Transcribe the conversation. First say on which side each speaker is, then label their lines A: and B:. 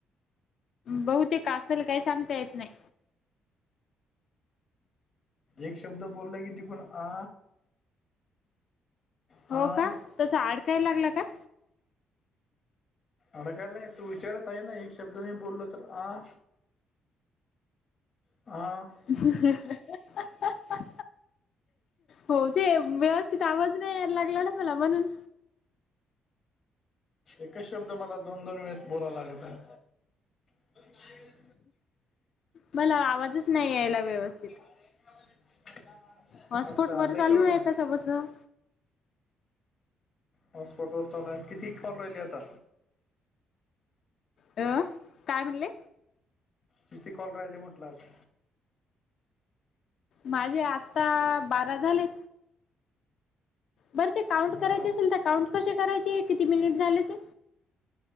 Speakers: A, on the left (about 60°); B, on the left (about 45°).
A: बहुतेक असल काही सांगता येत नाही.
B: एक शब्द बोलला की तिकून आ हा
A: हो का? तस आडकाय लागला का?
B: अडकायला नाही तू विचारत आहे ना एक शब्द मी बोललो तर आ. आ
A: अहं आह अहं अहं. हो ते व्यवस्थित आवाज नाही यायला लागला ना मला म्हणून
B: एकच शब्द मला दोन दोन वेळेस बोलावा लागत आहे. <unintelligible>
A: मला आवाजच नाही यायला व्यवस्थित.
B: <inaudible>
A: हॉटस्पॉट बर
B: आता
A: चालू
B: येतो का
A: आहे
B: मग
A: कसं बसं.
B: हॉटस्पॉट वर चालूय किती कॉल राहिली आता?
A: अ काय म्हणले?
B: किती कॉल राहिले म्हटलं आता?
A: माझे आत्ता बारा झाले. बरं ते
B: आता
A: काउंट करायचे
B: आराम
A: असेल, तर काउंट कसे करायचे किती मिनिट झाले ते?